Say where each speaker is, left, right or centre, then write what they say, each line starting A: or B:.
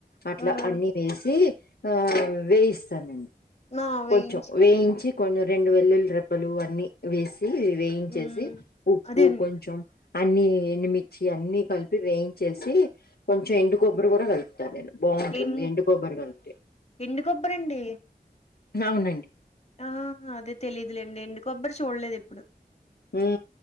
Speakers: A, on the left; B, on the left.
A: అట్లా
B: మ్మ్
A: అన్ని వేసి ఆ వేయిస్తానండి
B: ఆ వేయించి
A: కొంచెం వేయించి కొంచెం రెండు వెల్లుల్లి రెబ్బలు అన్ని వేసి వేయించేసి
B: మ్మ్
A: ఉప్పు
B: అదేండి
A: కొంచెం అన్నీ ఎండుమిర్చి అన్ని కలిపి వేయించేసి కొంచెం ఎండు కొబ్బరి కూడా కలి నేను బాగుంటుంది
B: ఎం
A: ఎండు కొబ్బరి కలిపితే
B: ఎండు కొబ్బరి అండి
A: అవునండి
B: ఆ అది తెలీదులేండి ఎండుకొబ్బరి చూడలేదు ఎప్పుడు
A: ఉ